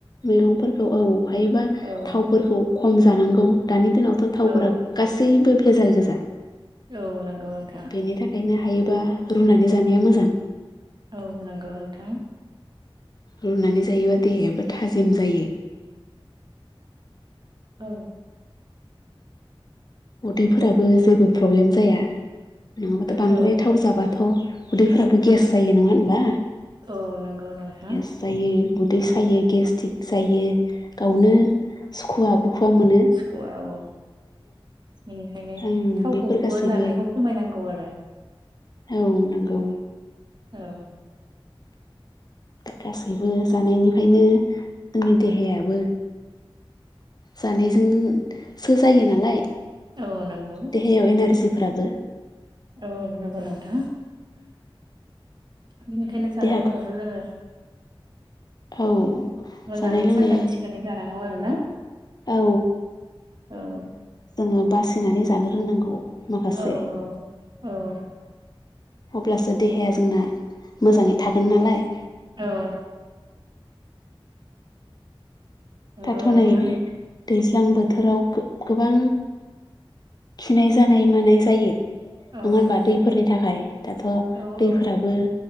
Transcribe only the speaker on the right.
औ
औ
औ नंगौ नोंथां
औ नंगौ नोंथां
औ
औ
औ नंगौ नोंथां
सखुवा औ बेनिखायनो
थावखौबो
जानायखौ खमायनांगौ आरो
औ
औ नंगौ
औ नंगौ नोंथां <unintelligible> बेनिखायनो जानाय
लोंनायखौ जोङो
मोजाङै
साखोन सिखोनै जानांगौ आरोना
औ
औ
औ औ
औ। नंगौ
नोंथां
औ
नंगौ
औ
औ